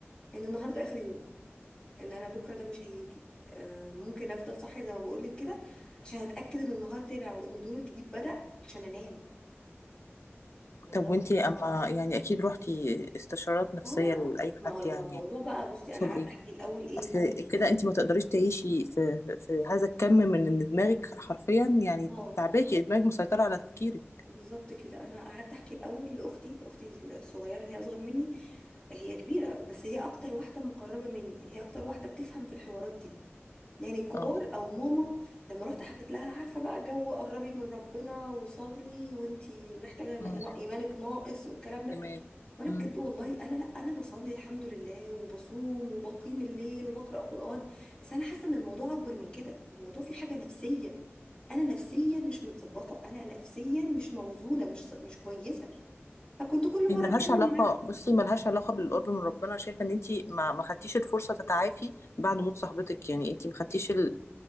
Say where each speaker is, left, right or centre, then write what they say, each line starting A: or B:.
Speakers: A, on the left; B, on the left.
A: ان النهارده اخر يوم ان انا بكره ده مش هيجي آه، ممكن افضل صاحيه زي ما بقولك كده عشان اتاكد ان النهار طلع وان اليوم الجديد بدأ عشان انام والله
B: طب وانت اما يعني اكيد روحتي استشارات نفسيه
A: اه
B: لاي
A: ما
B: حد
A: هو لما
B: يعني
A: الموضوع بقى بصي
B: حصل
A: انا قعدت
B: ايه
A: احكي الاول ايه
B: اصل كده انت ما تقدريش تعيشي في في, في هذا الكم من ان دماغك حرفيا يعني
A: اه
B: تعباكي دماغك مسيطرة على تفكيرك
A: بالظبط كده انا قعدت احكي الاول لاختي اختي الصغيره اللي هي اصغر مني هي كبيره بس هي اكتر واحده مقربه مني يعني هي اكتر واحده بتفهم في الحوارات دي يعني الكبار
B: اه
A: او ماما لما رحت حكيت لها عارفه بقى جو قربي من ربنا وصلي وانتي محتاجه ن-
B: امم
A: ايمانك ناقص والكلام ده
B: تمام
A: وانا بجد
B: امم
A: والله انا لا انا بصلي الحمد لله وبصوم وبقيم الليل وبقرا قران بس انا حاسه ان الموضوع اكبر من كده الموضوع فيه حاجه نفسيه انا نفسيا مش متظبطه انا أنا نفسيا مش موزونه مش مش كويسه فكنت كل
B: هي
A: مره
B: ملهاش
A: اتكلم
B: علاقة بصي ملهاش علاقة بالقرب من ربنا شايفة ان انتي ما ما خدتيش الفرصة تتعافي بعد موت صاحبتك يعني انتي ما خدتيش
A: معاها
B: ال-